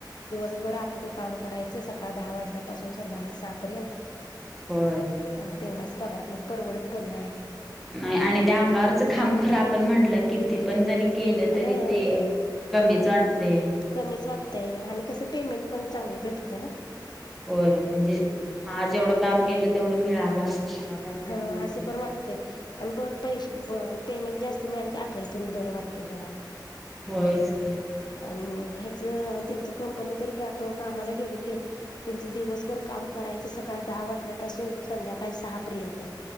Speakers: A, on the left; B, in the centre.
A: दिवसभरं आतून काम करायचं सकाळी दहा वाजल्यापासून संध्याकाळी सहा पर्यंत,
B: होय
A: आणि तेवढाच पगारात मग परवडत पण नाही.
B: नाही आणि त्या अंगावरच काम करा आपण म्हणलं किती पण जरी, केलं
A: हा
B: तरी ते कमीच
A: हा
B: वाटते.
A: कमीच वाटतंय आणि कसं पेमेंट पण चांगली भेटते नाही.
B: होय, म्हणजे हा जेवढं काम केलं तेवढं मिळाल असं. समाधान
A: हा
B: तरी मिळते
A: असं पण वाटतय आणि ब पैसे प पेमेंट जास्त मिळाल की आपल्याला पण बर वाटतेय जरा,
B: होयच की
A: आणि हेच त्यांच कंपनीतर्फे आपण कामाला गेलो की, त्यांच दिवसभर काम करायचं. सकाळी दहा वाजल्यापासून संध्याकाळी सहा पर्यंत.